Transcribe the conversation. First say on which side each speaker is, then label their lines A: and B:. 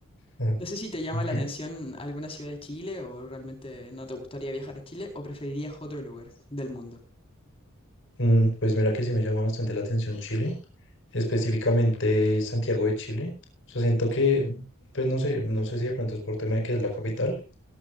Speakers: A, on the left; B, on the left.
A: ah,
B: No sé si te llama
A: <laughs>
B: la atención alguna ciudad de Chile o realmente no te gustaría viajar a Chile o preferirías otro lugar del mundo.
A: Mm, Pues mira que sí me llama bastante la atención Chile, específicamente Santiago de Chile. O sea, siento que, pues no sé, no sé si de pronto es por tema de que es la capital,